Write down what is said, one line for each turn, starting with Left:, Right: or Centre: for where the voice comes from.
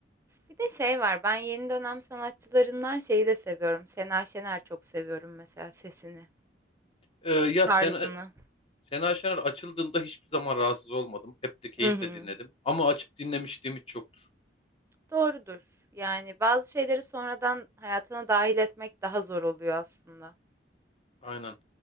Right: Bir de şey var ben yeni dönem sanatçılarından şeyi de seviyorum. Sena Şener çok seviyorum mesela sesini,
Left: E, ya
Right: tarzını.
Left: Sena, Sena Şener açıldığında hiçbir zaman rahatsız olmadım. Hep de keyifle
Right: Hı hı.
Left: dinledim. Ama açıp dinlemişliğim hiç yoktur.
Right: Doğrudur. Yani bazı şeyleri sonradan hayatına dahil etmek daha zor oluyor aslında.
Left: Aynen.